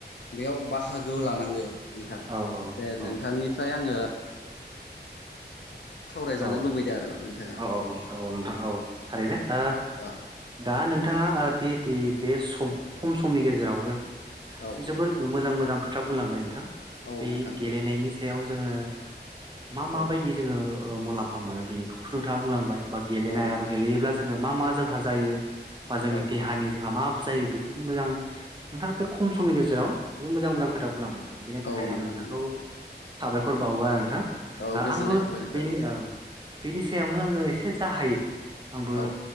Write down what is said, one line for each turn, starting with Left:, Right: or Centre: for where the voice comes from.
Left: बेयाव बाहागो लानांगो नोंथां
Right: औ औ
Left: दे नोंथांनिफ्राय
Right: औ
Left: आङो सावरायजानो
Right: औ
Left: लुबैदों आरो नोंथाङा
Right: औ औ औ नोंथां औ थारैनो
Left: दे
Right: ओ
Left: औ
Right: दा नों नोंथांङा दि दि बे सम खम समनि गेजेरावनो
Left: औ
Right: जि जोबोर
Left: नोंथां
Right: मोजां मोजां खोथा बुंलांबाय नोंथां
Left: औ
Right: बे
Left: नोंथां
Right: गेलेनायनि सायाव जोङो मा मा
Left: औ
Right: बायदि जोङो ओ मुलाम्फा मोनो बेखौथ' नोंथाङा बुंलांबाय बा गेलेनाया
Left: औ नोंथां
Right: गेलेयोब्ला जोङो मा मा जोंहा जायो बा जोंनि
Left: औ
Right: देहानि
Left: नोंथां
Right: जोंहा मा जायो बेखौ मोजां नोंथां बे खम समनि गेजेराव जोबोद मोजां मोजां खोथा बुंलांबाय थां बिनि थाखाय
Left: औ नोंथां
Right: आं नोंथांखौ
Left: नंगौ
Right: साबायखर बावो आरो नोंथां
Left: औ
Right: आ-
Left: गोजोननाय
Right: आंबो
Left: थाबाय
Right: बेनि
Left: नों
Right: औ बेनि सायावनो आङो एसे जा हायो आंबो
Left: औ